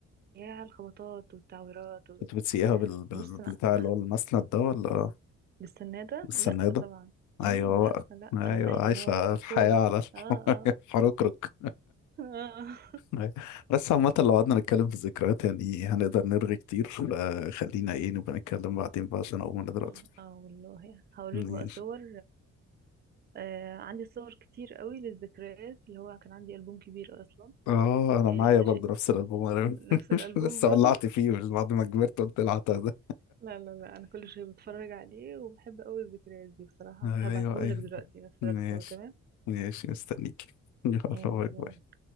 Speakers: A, on the right; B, on the left.
A: ياه على الخبطات والتعويرات و-
B: كنت بتسيقها بال... بال...
A: بص
B: بالبتاع
A: أنا أخ-
B: اللي هو المسند ده ولا
A: بالسنة ده
B: السنادة
A: لأ طبعا مم
B: أيوه
A: لأ
B: بقى
A: لأ أنا
B: أيوه
A: عايزة
B: عايشة
A: اللي هو أبقى
B: الحياة
A: كول
B: على الح-
A: اه اه
B: <laughs> الحركرك
A: اه
B: أيوة. بس عامة لو قعدنا نتكلم في الذكريات يعني هنقدر نرغي كتير فخلينا ايه نبقى نتكلم بعدين بقى عشان أقوم أنا دلوقتي
A: <laughs> اه والله هوريك
B: ماشي
A: بقى صور آه عندي صور كتير قوي للذكريات اللي هو كان عندي ألبوم كبير أصلا
B: اه انا
A: يعني
B: معايا
A: لسه
B: برضه
A: شيء
B: نفس الالبوم انا
A: نفس
B: <laughs>
A: الألبوم
B: لسه
A: برضه
B: ولعت فيه من بعد ما كبرت قلت العتها
A: لا لا لا أنا كل شوية بتفرج عليه وبحب أوي الذكريات دي بصراحة
B: ايوه
A: هبعتهولك
B: ايوه
A: دلوقتي نتفرج
B: ماشي
A: سوا تمام
B: ماشي مستنيك <laughs> يلا
A: يلا
B: باي
A: باي
B: باي